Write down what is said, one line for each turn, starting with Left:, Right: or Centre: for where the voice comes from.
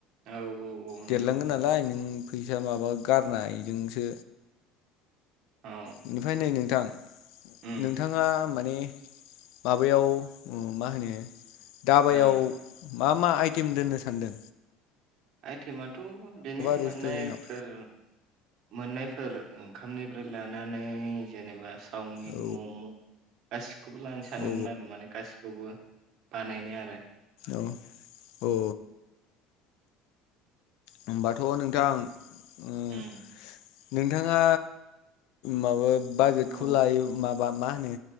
Right: औ औ औ
Left: देरलांगोन
Right: नंगौ नंगौ।
Left: नालाय नों फैसा माबा गारनायजोंसो
Right: औ
Left: बेनिफ्राय नै नों थां
Right: उम
Left: नोंथाङा माने माबायाव मा होनो धाबायाव
Right: ओ
Left: मा मा आइटेम दोननो सान्दों?
Right: आइटेमानोथ बेनो
Left: रेस्टुरेन्टाव
Right: मोननायफोर मोननायफोर ओंखामनिफ्राय लानानै जेनेबा चावमिन
Left: औ
Right: मम' गासिखौबो लानो सानदोंमोन
Left: औ
Right: आरो माने गासिखौबो। बानायनाय आरो।
Left: औ औ। होमबाथ' नोंथां माने
Right: उम
Left: नोंथाङा माबा बाजेटखौ
Right: औ
Left: लायो माबा मा होनो